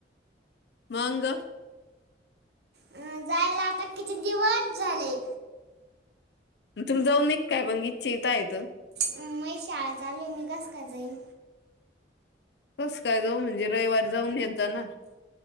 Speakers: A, on the left (about 75°); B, on the right (about 70°).
A: मगं.
B: अ जायला आता किती दिवस झाले.
A: तुर जाऊन एक काय मंग इचछ येत
B: म माझी शाळा चालू आहे मी कस काय जाईन.
A: कस काय जाऊ म्हणजे रविवारी जाऊन येतय ना.